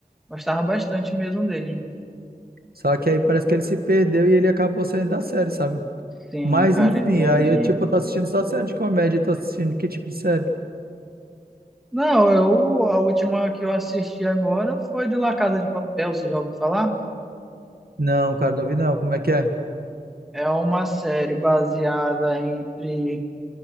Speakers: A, in the centre; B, on the right.
A: Gostava bastante mesmo dele.
B: Só que aí parece que ele se perdeu e ele acabou saindo da série, sabe?
A: Sim,
B: Mas
A: cara,
B: enfim,
A: entendi.
B: aí eu tipo, eu tô assistindo só série de comédia, tô assistindo que tipo de série?
A: Não, eu, a última que eu assisti agora foi de La Casa de Papel, você já ouviu falar?
B: Não, cara, não vi não. Como é que é?
A: É uma série baseada entre